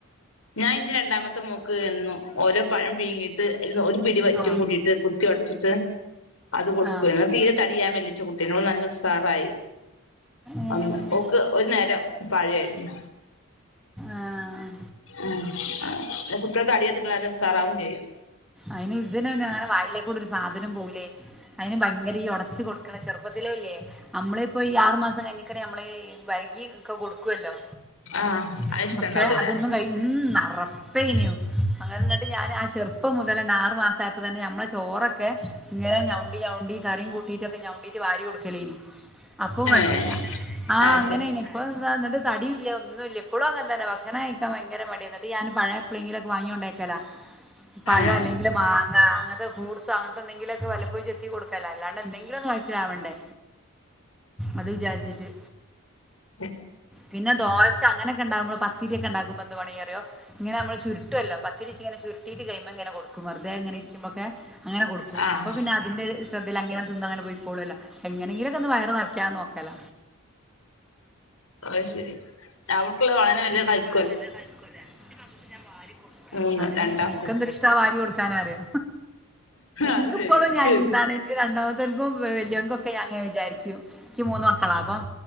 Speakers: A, on the left; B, in the centre.
A: ഞാൻ ഇന്റെ രണ്ടാമത്തെ മോക്ക് എന്നും ഓരോ പഴം പീങ്ങിയിട്ട് അയ്ൽന്ന് ഒരു പിടി വറ്റും
B: ആ.
A: കൂട്ടീട്ട് കുത്തി ഒട്ച്ച്ട്ട് അത് കൊട്ക്കും
B: ആ
A: എന്നും തീരെ തടിയ്യാതെ മെല്ലിച്ച കുട്ട് കുട്ട്യേയ്നു ഓള് നല്ല ഉസാറായി
B: ഏ,
A: അന്ന് ഓക്ക് ഒരു നേരം പഴേര്ന്ന്
B: ആഹ്
A: ആ ന്ന കുട്ട്യോള് തടിയൊക്കെ കിട്ടി നല്ല ഉസാറാവും ചെയ്യും
B: അയ്ന് ഇതിനയ്ന് അങ്ങനെ വായലേക്കൂടെ ഒരു സാധനും പോകൂലേയ് അതിന് ഭയങ്കര ഈ ഒടച്ചു കൊടുക്കണ ചെറുപ്പത് ത്തിലേ ഇല്ല്യേ അമ്മളിപ്പോ ഈ ആറു മാസം കഴിഞ്ഞയ്ക്ക്‌ന് നമ്മള് ഈ വെര്കി ഒക്കെ കൊടുക്കുവല്ലോ
A: ആഹ്
B: ആ
A: അത് ഇഷ്ടണ്ടാവൂലല്ലേ
B: പക്ഷെ അതൊന്നും കഴി ഉം ഉം അറപ്പേയ്നു അങ്ങനെന്ന്ട്ട് ഞാന് ആ ചെറുപ്പം മുതലെന്നെ ആറു മാസം ആയ്പ്പ തന്നെ ഞമ്മളെ ചോറൊക്കെ ഇങ്ങന ഞവ്ണ്ടി ഞവ്ണ്ടി കറിം കൂട്ടീറ്റൊക്കെ ഞവ്ണ്ടി റ്റ് വാരി കൊട്ക്കലേയ്ന് അപ്പ കൊഴ്പ്പല്ല്യ
A: ഏഹ്
B: ആ
A: അത്
B: അങ്ങനെയ്ന്
A: ശരി
B: ഇപ്പളും താ ന്നിട്ട് തടിംയില്ല ഒന്നും ഇല്ല്യ ഇപ്പ്ളും അങ്ങൻതന്നെ ഭക്ഷണം കഴിക്കാൻ ഭയങ്കര മടിയ ന്നിട്ട് ഞാൻ പഴയ എപ്പ്ളേങ്കിലൊക്കെ വാങ്ങി കൊണ്ടേയക്കല പഴോ
A: ആഹ്
B: അല്ലെങ്കിൽ മാങ്ങേ ആ അങ്ങൻത്തെ ഫ്രൂട്സോ അങ്ങൻത്തെ ന്തെങ്കിലൊക്കെ വല്ലപ്പോയും ചെത്തി കൊടുക്കലാ അല്ലാണ്ടെ എന്തെങ്കിലും ഒന്ന് വയറ്റ് റ്റ്ലാവണ്ടേ അത് വിചാര്ച്ച്ട്ട്
A: ഉം
B: പിന്നെ ദോശ അങ്ങനൊക്കെണ്ടാവുമ്പോ പത്തിരിയൊക്കെ ണ്ടാക്കുമ്പോ എന്ത്‌ പണിയ്യ റ്യോ ഇങ്ങനെ നമ്മള് ചരുട്ടുവല്ലോ പത്തിരിച്ച് ഇങ്ങനെ ചരുട്ടീട്ട് കയ്മങ്ങനെ കൊട്ക്കും വെുതെ അങ്ങനെ ഇരിക്ക്യമ്പൊക്കേ അങ്ങനെ കൊടുക്കും
A: ആഹ്
B: അപ്പ പിന്നെ അതിന്റെ ശ്രദ്ധയിൽ അങ്ങനെ തിന്നങ്ങനെ പൊയ് ക്കോളൊല്ല എങ്ങനെങ്കിലൊക്കെ ഒന്ന് വയറ് നർക്ക്യാന്ന് നോക്കല
A: അത് ശരി അവൾക്കുള്ളത് ഓളന്നെ വെല്ലേ കഴ്
B: അവളെന്നെ എല്ലാം കഴിക്കുവല്ലേ ന്റെ മക്കക്ക് ഞാൻ വരിക്കൊടുക്കണം.
A: മൂന്ന്
B: ആണ്
A: രണ്ടാക്കും
B: എനിയ്ക്ക്‌ എന്തൊരിഷ്ടാ വാരി കൊടുക്കാനറ്യോ.
A: അത്
B: ഇൻക്ക്
A: ശരി
B: പ്പളും
A: ക്ക്
B: ഞാ എന്താണ് ന്റെ രണ്ടാമത്തെ ൻക്കും വ വല്ല്യേൻക്കും ഒക്കെ ഞാൻ ഇങ്ങനെ വിചാരിക്കും ഇക്ക് മൂന്ന് മക്കളാ അപ്പം